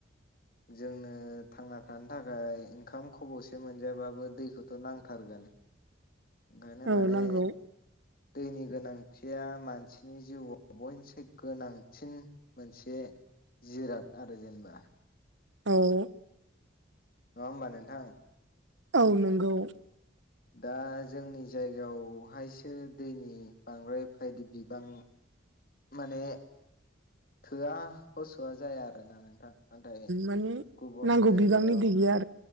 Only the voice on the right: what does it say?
औ
नांगौ
औ
औ नोंगौ
माने
नांगौ
बिबांनि दै गैया